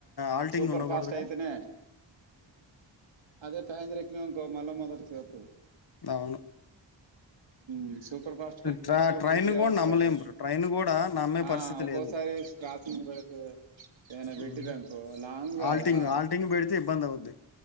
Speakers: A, on the left; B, on the right.
A: ఆల్టింగ్
B: సూపర్
A: ఉండకూడదుగ
B: ఫాస్ట్ అయితేనే అదే సాయంత్రం ఎక్కినవు అనుకో మళ్ల మొదట కే వతది
A: అవును
B: హు సూపర్ ఫాస్ట్కి ఎక్తే
A: ట్రా
B: ఒక
A: ట్రైన్
B: టూ త్రీ
A: కూడా
B: అవర్స్
A: నమ్మలేం
B: పడుతాయి
A: బ్రో ట్రైన్ కూడా నమ్మే
B: ఆ
A: పరిస్థితి
B: ఒక్కోసారి
A: లేదు
B: <unintelligible> ఏనా పెట్టిరనుకో
A: ఉమ్.
B: లాంగ్ కాదా
A: ఆల్టింగ్ ఆల్టింగ్ పెడితే ఇబ్బంది అవుద్ది